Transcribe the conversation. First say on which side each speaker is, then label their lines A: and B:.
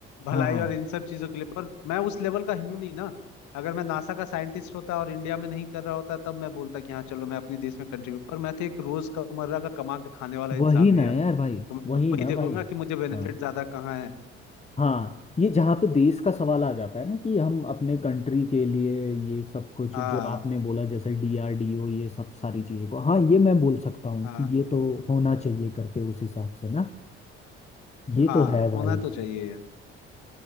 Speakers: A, on the left; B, on the left.
A: भलाई
B: हाँ हाँ
A: और इन सब चीजों के लिए पर मैं उस लेवल का हूं नहीं ना अगर मैं नासा का साइंटिस्ट होता और इंडिया में नहीं कर रहा होता तब मैं बोलता कि हाँ चलो मैं अपने देश में कंट्रीब्यूट पर मैं तो एक रोज कमर्रा का कमा के खाने वाला इंसान
B: वही ना
A: हूँ यार
B: यार भाई
A: तो मैं
B: वही
A: वही
B: ना
A: देखूंगा
B: भाई
A: कि मुझे बेनिफिट
B: हाँ
A: ज्यादा कहाँ है
B: हाँ ये जहाँ पे देश का सवाल आ जाता है ना कि हम अपने कंट्री के लिए ये सब कुछ
A: हाँ
B: जो आपने बोला जैसे डीआरडीओ ये सब सारी चीज़ों को हाँ ये मैं बोल सकता हूँ
A: हाँ
B: कि ये तो होना चाहिए करके उस हिसाब से ना ये
A: हाँ
B: तो है भाई
A: होना तो चाहिए यार